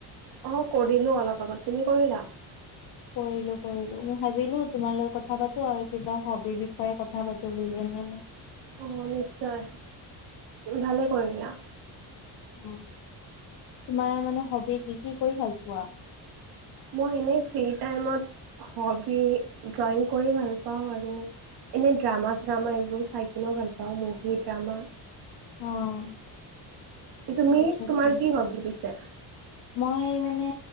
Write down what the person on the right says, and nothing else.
অ কৰিলো অলপ আগত তুমি কৰিলা?
অ নিশ্চয় ভালে কৰিলা।
মই এনেই ফ্ৰী টাইমত হবি ড্ৰয়িং কৰি ভাল পা পাওঁ আৰু এনে ড্ৰামা চ্ৰামা এইবোৰ চাই কিনেও ভাল পাওঁ, পাওঁ মুভি ড্ৰামা,
তুমি
তোমাৰ কি হবি পিছে?